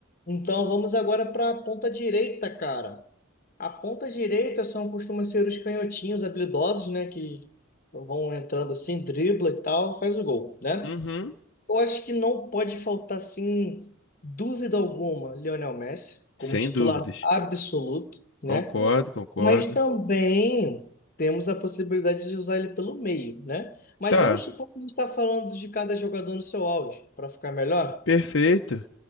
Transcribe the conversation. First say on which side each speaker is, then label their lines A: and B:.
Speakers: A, on the left (about 45°); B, on the left (about 60°).
A: Então vamos agora para a ponta direita, cara. A ponta direita são costuma ser os canhotinhos habilidosos, né? Que vão entrando assim, dribla e tal, faz o gol, né?
B: Uhum,
A: Eu acho que não pode faltar, sem dúvida alguma, Lionel Messi, como
B: sem
A: titular
B: dúvidas.
A: absoluto, né?
B: Concordo, concordo.
A: Mas também temos a possibilidade de usar ele pelo meio, né? Mas
B: Tá,
A: vamos supor que a gente está falando de cada jogador no seu auge, para ficar melhor.
B: perfeito.